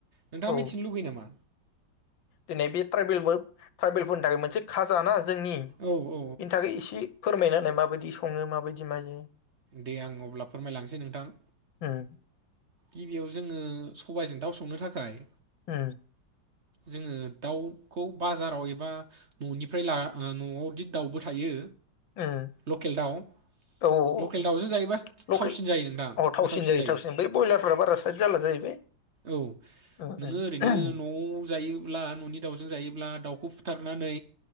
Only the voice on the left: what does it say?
औ
दिनै बे ट्राइबेलबो ट्राइबेलफोरनि थाखाय मोनसे खाजाना जोंनि बेनि
थाखाय इसे फोरमायना होनाय माबायदि सङो माबायदि मायो
उम
होम
उम
औ औ
लकेल
अ थावसिन
थावसिन बै ब्रयलारफ्रा बारा साइद जाला जाहैबाय
उम
उम